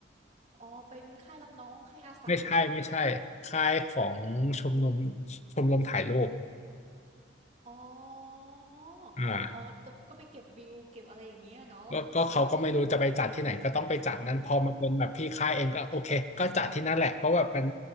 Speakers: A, on the right; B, on the left.
A: อ๋อเป็นค่ายรับน้องค่ายอาสา
B: ไม่ใช่ไม่ใช่ค่ายของชมรมชมรมถ่ายรูป
A: อ๋ออ๋อๆตก็ไปเก็บวิวเก็บอะไรอย่างเงี้ยเนาะ
B: อ่า ก็ก็เขาก็ไม่รู้จะไปจัดที่ไหนก็ต้องไปจัดนั้นพอมันเป็นแบบพี่ค่ายเองก็โอเคก็จัดที่นั่นแหละเพราะแบบมัน